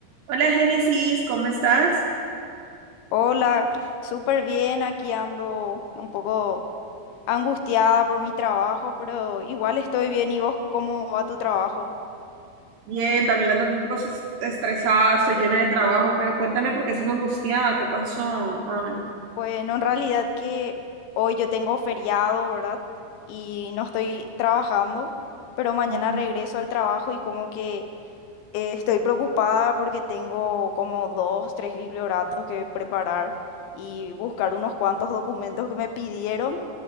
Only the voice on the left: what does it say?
Hola, súper bien, aquí ando un poco angustiada por mi trabajo, pero igual estoy bien. ¿Y vos cómo va tu trabajo?
Bueno, en realidad que hoy yo tengo feriado, ¿verdad? Y no estoy trabajando, pero mañana
regreso al trabajo y como que eh, estoy preocupada porque tengo como dos, tres biblioratos que preparar y buscar unos cuantos documentos que me pidieron.